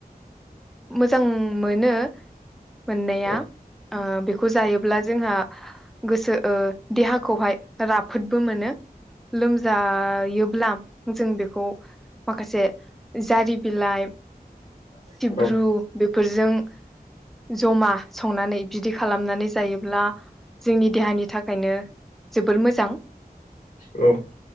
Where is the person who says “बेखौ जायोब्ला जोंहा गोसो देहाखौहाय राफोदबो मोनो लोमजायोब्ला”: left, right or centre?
Centre